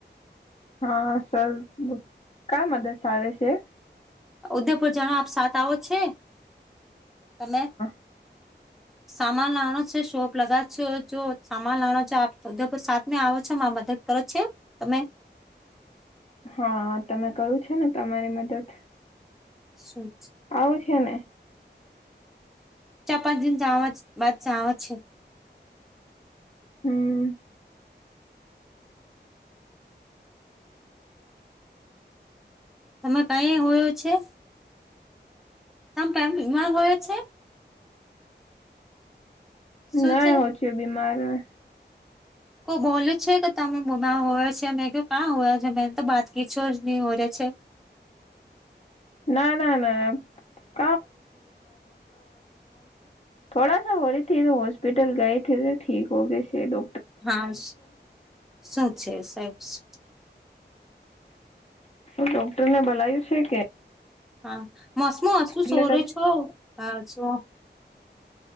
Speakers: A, on the left; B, in the centre.
A: હા સર કઈ મદદ આવે છે?
B: ઉદયપુર જાણો આપ સાથ આવો છે, તમે?
A: <inaudible>
B: સામાન લાવાનો છે, શોપ લગા છો, જો સામાન લાનો છે આપ ઉદેપુર સાતમે આવો છો મા મદદ કરે છે તમે?
A: હા તમે કરું છે ને તમારી મદદ.
B: શૂચ.
A: આવ છેને?
B: ચાર પાંચ દિ જવા <unintelligible> છે.
A: હમ્મ.
B: તમે કઈ હોયો છે? તમ <unintelligible> હોય છે?
A: <unintelligible>
B: શું છે કો બોલે છે કે તમે બ હોય છે મેં કે કાં હોય છે મેને તો બાત કી <unintelligible>
A: ના ના ના <unintelligible> થોડા સા હો રહી થી તો હોસ્પિટલ ગઈ થી તો ઠીક હો ગય છે ડો
B: હાશ શું છે <unintelligible>
A: ડોક્ટરને બોલાયું છે કે?
B: હા મોંસમોં હશું
A: એટલે
B: સોર
A: હ
B: છો હા છો